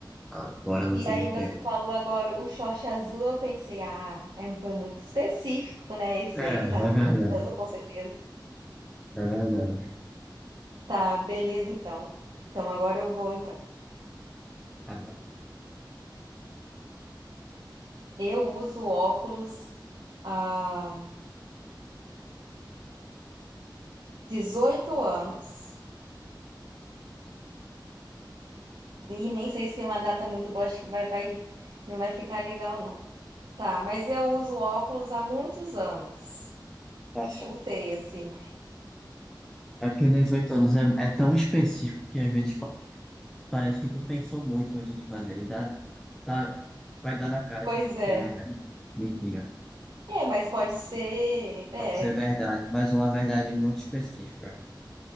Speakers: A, in the centre; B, on the right (about 65°).
A: Agora você
B: E aí
A: me
B: você
A: pegou.
B: falou agora o short azul, eu pensei, ah, é, um, foi muito específico, né? Esse aí
A: É, é
B: tá usando
A: verdade.
B: short azul com certeza.
A: É verdade.
B: Tá, beleza então. Então agora eu vou então.
A: Tá bom.
B: Eu uso óculos há 18 anos. E nem sei se é uma data muito boa, acho que vai, vai, não vai ficar legal, não. Tá, mas eu uso óculos há muitos anos.
A: Tá
B: Chutei,
A: certo.
B: assim.
A: É porque dezoito anos é, é tão específico que às vezes pa- parece que tu pensou muito antes de fazer. E dá, tá, vai dar na cara
B: Pois
A: que,
B: é.
A: que é mentira.
B: É, mas pode ser. É,
A: Pode ser verdade, mas uma verdade muito específica.